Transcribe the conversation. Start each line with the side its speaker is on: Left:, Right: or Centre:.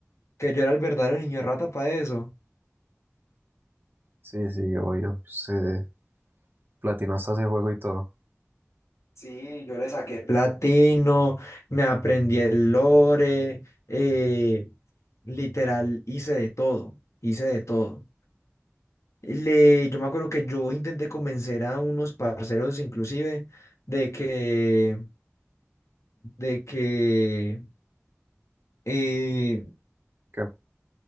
Left: Que yo era el verdadero niño rata para eso.
Right: sí, sí, obvio. Se platinó hasta ese juego y todo.
Left: Sí, yo le saqué Platino, me aprendí el lore, eh, literal, hice de todo, hice de todo. Le, yo me acuerdo que yo intenté convencer a unos parceros inclusive de que, de que eh,
Right: Que,